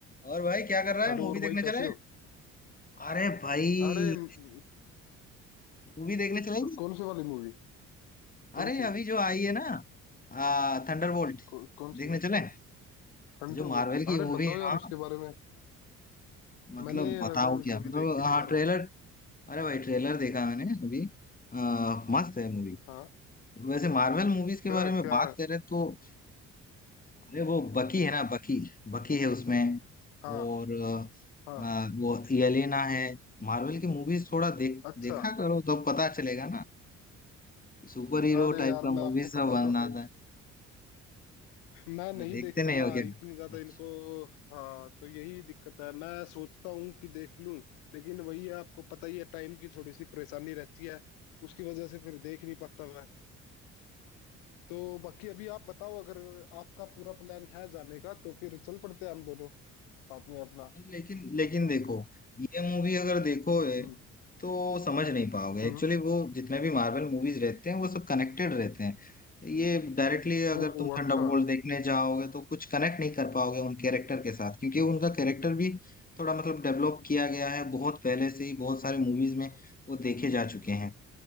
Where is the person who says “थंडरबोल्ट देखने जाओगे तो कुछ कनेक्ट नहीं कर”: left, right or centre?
Left